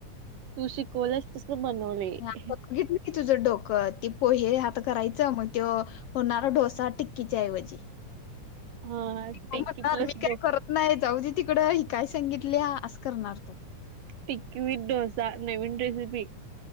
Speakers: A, on the right; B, on the left.
A: तू शिकवलस तस बनवलेय.
B: आता बघितलं तुझं डोकं, ती पोहे हात करायचं मग त्यो, होणारा डोसा टिक्कीच्या ऐवजी.
A: हा टिक्की
B: हो म्हणणार,
A: प्लस
B: मी काही
A: डो
B: करत नाही, जाऊ दे तिकड, ही काय सांगितल्या असं करणार तू.
A: टिक्की विथ डोसा, नवीन रेसिपी.